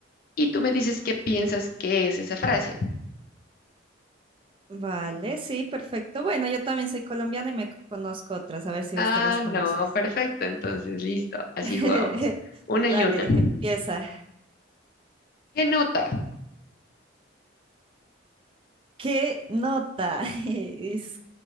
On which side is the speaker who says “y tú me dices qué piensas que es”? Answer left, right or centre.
Left